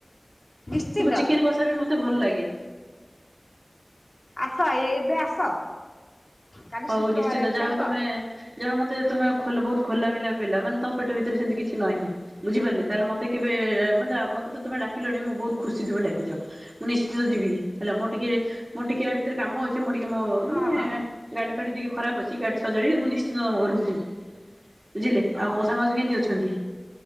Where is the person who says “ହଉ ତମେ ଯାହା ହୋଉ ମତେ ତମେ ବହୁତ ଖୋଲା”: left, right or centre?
Right